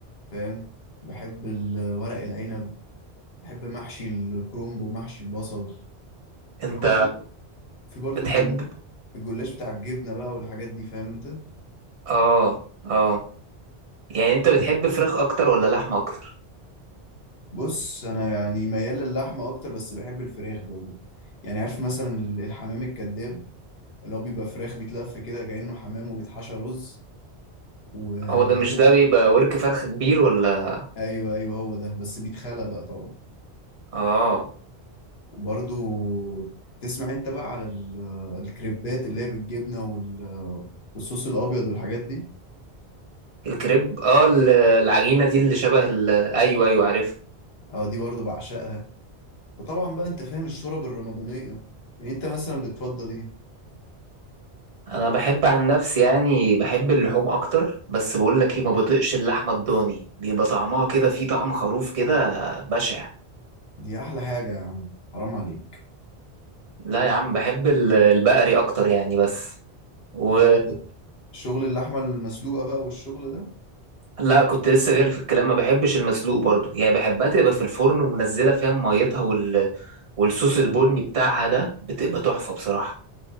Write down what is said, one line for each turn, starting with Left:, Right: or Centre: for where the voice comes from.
Left: فاهم بحب ال- ورق العنب بحب محشي الكرنب ومحشي البصل
Right: انت
Left: في برضه في برضه
Right: بتحب
Left: الجل- الجلاش بتاع الجبنه بقى والحاجات دي فاهم انت
Right: اه اه يعني انت بتحب فراخ اكتر ولا لحمه اكتر
Left: بص انا يعني ميال للحمه اكتر بس بحب الفراخ برضه يعني عارف مثلا ال- الحمام الكذاب اللي هو بيبقى فراخ بيتلف كده كأنه حمام وبيتحشى رز وأيوه
Right: هو ده مش ده بيبقى ورك فرخه كبير ولا
Left: أيوه أيوة، هو ده بس بيتخلى بقى طبعا
Right: اه
Left: وبرضو تسمع أنت بقى على ال- الكريبات اللي هي بالجبنة وال- والصوص الأبيض والحاجات دي
Right: الكريب اه ال- العجينه دي اللي شبه ال... ايوه ايوه عارفها
Left: أه دي برضو بعشقها وطبعا بقى أنت فاهم الشرب الرمضانية يعني أنت مثلا بتفضل إيه؟
Right: انا بحب عن نفسي يعني بحب اللحوم اكتر بس بقول لك ايه ما بطيقش اللحمه الضاني بيبقى طعمها كده فيه طعم خروف كده بشع
Left: دي أحلى حاجة يا عم حرام عليك
Right: لا يا عم بحب ال- البقري اكتر يعني بس و
Left: أه أنت شغل اللحمة المسلوقة بقى والشغل ده
Right: لا كنت لسه جاي في الكلام ما بحبش المسلوق برضو يعني بحبها تبقى في الفرن ومنزله فيها ميتها وال... والصوص البني بتاعها ده بتبقى تحفه بصراحه